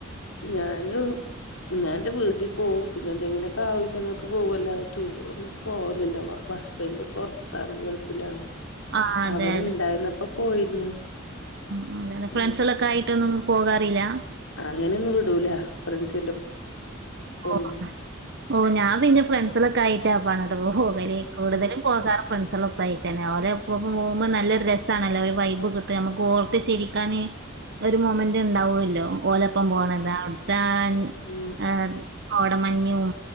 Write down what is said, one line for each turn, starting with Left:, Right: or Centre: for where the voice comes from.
Left: ഞാനും ഞാൻ എന്റെ വീട്ടിൽ പോവും പിന്നെ എന്തെങ്കിലൊക്കെ ആവശ്യങ്ങൾക്ക് പോകുംഅല്ലാതെ ടൂർ ഒന്നും പോവലില്ലോ ഹസ്ബന്റ് പൊറത്താണ്, ഗൾഫിലാണ്
Right: ആഹ് അതെ
Left: അവരുണ്ടായിന്നപ്പ പോയിരുന്നു
Right: ആ അതെയതെ ഫ്രണ്ട്സുകളൊക്കെ
Left: ഉം
Right: ആയിട്ടൊന്നും പോകാറില്ല
Left: അങ്ങനെയൊന്നും വിടൂല ഫ്രണ്ട്സിന്റെ ഒപ്പൊന്നും
Right: ഓ ഓ ഞാൻ പിന്നെ ഫ്രണ്ട്സിലൊക്കെ ആയിട്ടാ പാടെ പോകല് കൂടുതലും
Left: ഉം
Right: പോകാറ് ഫ്രണ്ട്സ് പ്പൈ തന്നെ ഓല് ഇപ്പ ഇപ്പ പോകുമ്പോ നല്ലരു രസമാണല്ലോ ഒരു വൈബ് കിട്ട് നമുക്ക് ഓർത്ത് ചിരിക്കാന് ഒരു മൊമെന്റ് ഉണ്ടാവുമല്ലോ ഓലപ്പം പോണത അവിടുത്താൻ
Left: മം
Right: ആഹ് കോടമഞ്ഞും